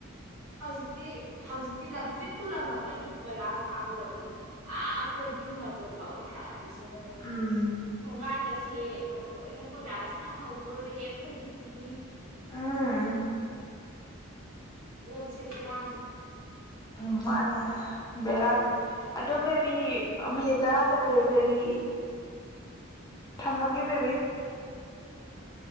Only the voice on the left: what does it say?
ꯎꯝ
ꯎꯝ
ꯎꯝ ꯃꯥꯅꯦ ꯕꯦꯔꯥꯅꯤ ꯑꯗꯨ ꯕꯦꯕꯤ ꯃꯤꯅꯤꯠ ꯇꯔꯥ ꯆꯠꯂꯦ ꯕꯦꯕꯤ ꯊꯝꯃꯒꯦ ꯕꯤꯕꯤ